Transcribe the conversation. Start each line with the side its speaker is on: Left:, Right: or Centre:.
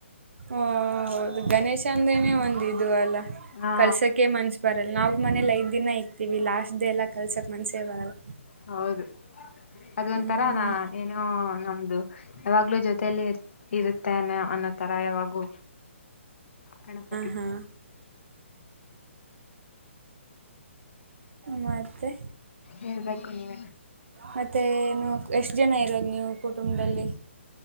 Right: ಹಾ ಹೌದು ಗಣೇಶ್ ಅಂದ್ರೇನೆ ಒಂದ ಇದು ಅಲ್ಲ
Left: ಹಾ
Right: ಕಳಸಕ್ಕೆ ಮನಸು ಬರಲ್ಲ ನಾವು ಮನೇಲಿ ಐದ್ ದಿನ ಇಕ್ತೀವಿ ಲಾಸ್ಟ್ ಡೇ ಎಲ್ಲ ಕಳಸಕ್ಕೆ ಮನಸೇ ಬರಲ್ಲ
Left: ಹೌದು <inaudible> ಅದೊಂತರ
Right: ಹ್ಮ್
Left: ನಾ ಏನೋ ನಮ್ದು ಯಾವಾಗಲೂ ಜೊತೆಯಲ್ಲಿ ಇರುತ್ತೆೋ ಅನ್ನೋ ಥರ ಯಾವಾಗೂ ಗಣಪತಿ
Right: ಹ ಹಾ ಮತ್ತೆ
Left: ಹೇಳ್ಬೇಕು ನೀವೇ
Right: ಮತ್ತೇನು ಎಷ್ಟ್ ಜನ ಇರೋದು ನೀವು ಕುಟುಂಬದಲ್ಲಿ.